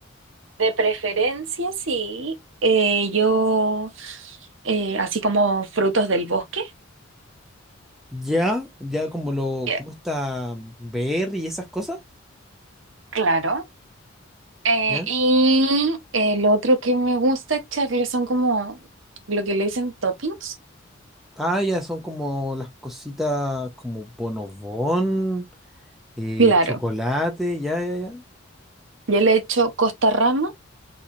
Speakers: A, on the right; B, in the centre.
A: de preferencia, sí. eh, yo, eh, así como frutos del bosque,
B: ya. Ya como lo,
A: que-
B: como está Berry y esas cosas,
A: claro. Eh,
B: ¿ya?
A: y el otro que me gusta echarle son como lo que le dicen toppings.
B: Ah, ya son como las cositas como bonobón. Eh,
A: Claro,
B: chocolate, ya, ya, ya.
A: yo le echo costa rama